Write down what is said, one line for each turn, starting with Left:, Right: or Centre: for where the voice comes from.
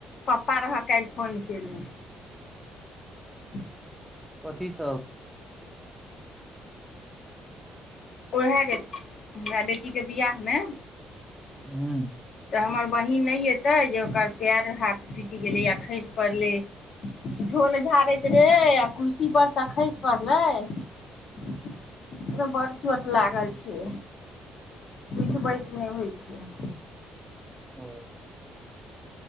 Left: पप्पा रहऽ काल्हि फोन। चेले। <unintelligible>
Centre: कथी सब
Left: ओहेय जे हमरा बेटीके बिियह मे।
Centre: ह्म्म
Left: तऽ हमर बहीन नहि एतै जे ओकर पैर हाथ फटूटि गेलै आ खसि पड़लै, झोल झाड़ैत रहै आ कुर्सी परसँ खसि पड़लै ओ बड़ चोट लागल छै। उठ बईस नहि होइ छिय।
Centre: ओ